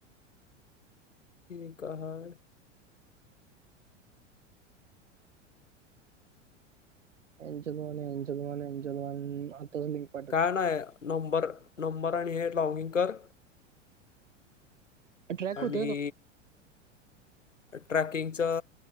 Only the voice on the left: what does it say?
ते <unintelligible>
काय नाही नंबर नंबर आणि हे लॉगिंग कर
आणि
ट्रॅकिंगच